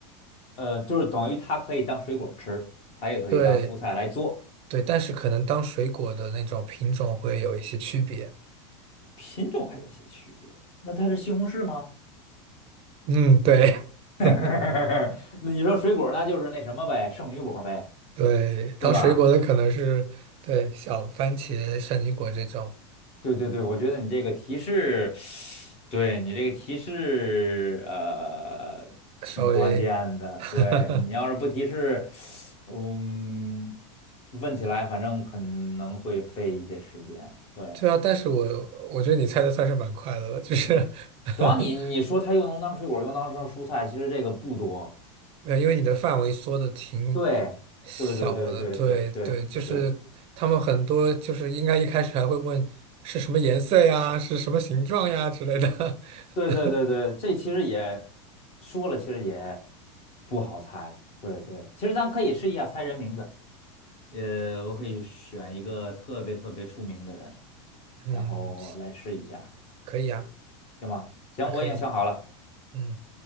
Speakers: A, on the left; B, on the right.
A: 呃，就是等于它可以当水果吃，它也可以当蔬菜来做，
B: 对对，但是可能当水果的那种品种会有一些区别。
A: 品种还有些区别。那它是西红柿吗？
B: 嗯，对
A: <laughs>
B: <laughs>
A: 那你说水果，那就是那什么呗，圣女果呗，
B: 对，当水果的可能是对小番茄、
A: 对吧？
B: 圣女果这种
A: 对对对，我觉得你这个提示，对你这个提示，呃，
B: 稍微，
A: 挺关键的。
B: <laughs>
A: 对你要是不提示，嗯，问起来反正可能会费一些时间。对，
B: 对啊。但是我我觉得你猜的算是蛮快的了，就是 <laughs>
A: 主要你你说它又能当水果，又能当蔬菜，其实这个不多。
B: 没有，因为你的范围缩的挺
A: 对，
B: 小的，
A: 对对对对对对对对
B: 对对，就是他们很多就是应该一开始还会问是什么颜色呀，是什么形状呀之类的。
A: 对对对，
B: <laughs>
A: 这其实也说了，其实也不好猜。对对，其实咱可以试一下猜人名字。呃，我可以选一个特别特别出名的人，
B: 嗯，
A: 然后来试一下，
B: 可以啊，
A: 行吗？行，
B: 啊可以，
A: 我已经想好了。
B: 嗯，